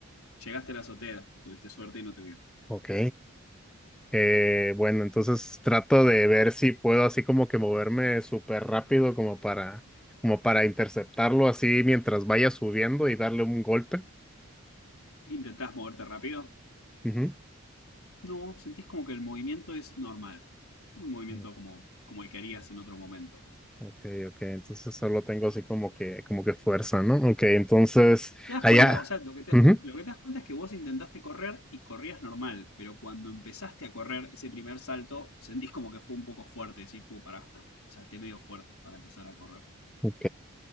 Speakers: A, on the left; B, in the centre.
A: Llegaste a la azotea, tuviste suerte y no te vio.
B: Ok. Eh, bueno, entonces trato de ver si puedo así como que moverme súper rápido como para, como para interceptarlo así mientras vaya subiendo y darle un golpe.
A: ¿Intentás moverte rápido?
B: Ujú.
A: No, sentís como que el movimiento es normal. Un movimiento
B: Mm,
A: como, como el que harías en otro momento.
B: Ok, ok. Entonces solo tengo así como que, como que fuerza, ¿no? Ok, entonces
A: Te das
B: allá.
A: cuenta, o sea, lo que te,
B: Ujú,
A: lo que te das cuenta es que vos intentaste correr y corrías normal, pero cuando empezaste a correr ese primer salto, sentís como que fue un poco fuerte, decís, puh, pará, salté medio fuerte para empezar a correr.
B: Ok.